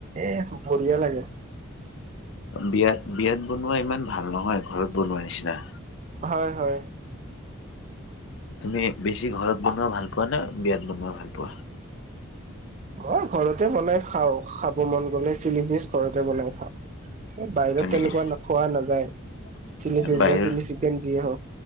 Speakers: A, on the right (about 35°); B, on the left (about 60°).
A: এ বঢ়িয়া লাগে।
B: বিয়াত - বিয়াত বনোৱা ইমান ভাল নহয় ঘৰত বনোৱা নিচিনা।
A: হয় হয়
B: তুমি বেছি ঘৰত বনোৱা ভাল পোৱা নে বিয়াত বনোৱা ভাল পোৱা,
A: মোৰ ঘৰতে বনাই খাও খাব মন গ'লে চিলি ফিচ ঘৰতে বনাই খাওঁ, বাহিৰত
B: হয় নেকি?
A: তেনেকুৱা নোখোৱা নাযায় চিলি ফিচ
B: বাহিৰ
A: বা চিলি চিকেন যিয়ে হওক,